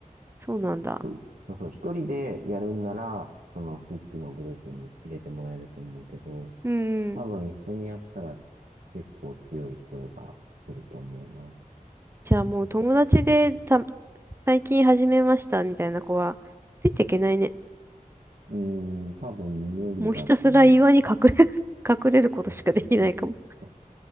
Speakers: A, on the right; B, on the right.
A: そうなんだ。
B: 一人、そうそう、一人でやるんなら、そのスイッチのグループに入れてもらえると思うけど、
A: うーん。
B: 多分一緒にやったら結構強い人が来ると思うな。
A: じゃあもう友達でた、最近始めましたみたいな子は、ついていけないね。
B: うーん、多分無理だと思
A: もうひたすら岩に隠れ、<laughs> 隠れることしかできないかも。
B: う。そうそうそうそう。